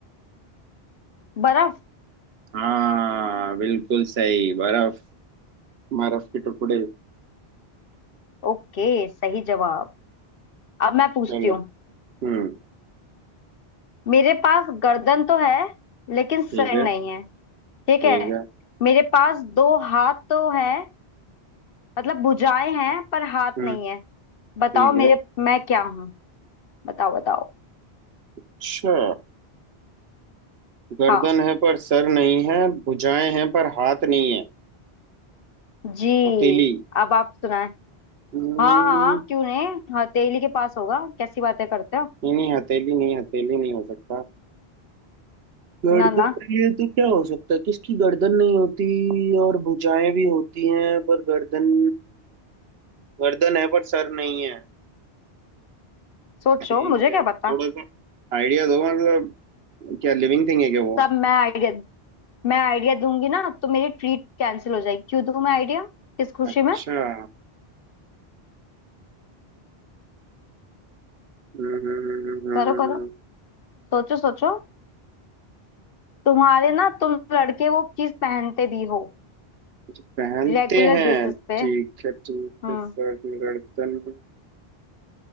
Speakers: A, on the left; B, on the right.
A: बर्फ
B: हाँ बिल्कुल सही बर्फ बर्फ के टुकड़े
A: ओके सही जवाब अब मैं पूछती
B: चलो
A: हूँ
B: हम्म
A: मेरे पास गर्दन तो है लेकिन
B: ठीक
A: सर
B: है
A: नहीं है ठीक
B: ठीक
A: है
B: है
A: मेरे पास दो हाथ तो है मतलब भुजाएं हैं पर हाथ
B: हम्म
A: नहीं है
B: ठीक
A: बताओ मेरे
B: है
A: मैं क्या हूँ बताओ बताओ
B: अच्छा गर्दन
A: हाँ
B: है पर सर नहीं है भुजाएं हैं पर हाथ नहीं है
A: जी
B: हथेली
A: अब आप सुनाए
B: हम्म,
A: हाँ हाँ क्यों नहीं हथेली के पास होगा कैसी बातें करते हो
B: नहीं नहीं हथेली नहीं हथेली नहीं हो सकता गर्दन
A: ना ना
B: नहीं है तो क्या हो सकता है किसकी गर्दन नहीं होती और भुजाएं भी होती हैं पर गर्दन गर्दन है पर सर नहीं है
A: सोचो
B: ठीक
A: मुझे
B: है
A: क्या
B: थोड़ा
A: पता
B: सा आइडिया दो मतलब क्या लिविंग थिंग है क्या वो
A: सब मैं आइडिया मैं आइडिया दूंगी ना तो मेरी ट्रीट कैंसिल हो जाएगी क्यों दूं मैं आइडिया किस खुशी
B: अच्छा
A: में
B: हम्म,
A: करो करो सोचो सोचो तुम्हारे ना तुम लड़के वो चीज पहनते भी हो
B: अच्छा, पहनते
A: रेगुलर
B: हैं
A: बेसिस पे
B: ठीक है ठीक
A: हम्म
B: है सर गर्दन